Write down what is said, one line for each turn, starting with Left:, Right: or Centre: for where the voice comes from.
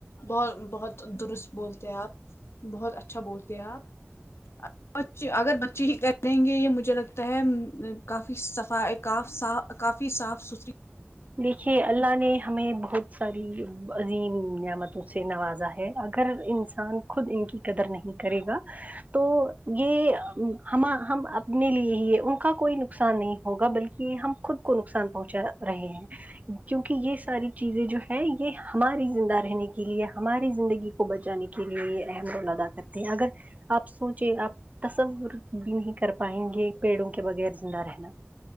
Left: بہت بہت درست بولتے ہیں آپ بہت اچھا بولتے ہیں آپ اگر بچے ہی کر دیں گے یہ مجھے لگتا ہے کافی صفائی کاف صا کافی صاف ستری
Right: دیکھیے اللہ نے ہمیں یہ بہت ساری عظیم نعمتوں سے نوازا ہے اگر اگر انسان خود ان کی قدر نہیں کرے گا تو یہ ہما ہم اپ نے لیے ہی ان کا کوئی نقصان نہیں ہوگا بلکہ یہ ہم خود کو نقصان پہنچا رہے ہیں کیونکہ یہ ساری چیزیں جو ہے یہ ہماری زندہ رہنے کے لیے ہماری زندگی کو بچانے کے لیے یہ اہم رول ادا کرتے ہیں اگر آپ سوچے آپ تصور بھی نہیں کر پائیں گے پیڑوں کے بغیر زندہ رہنا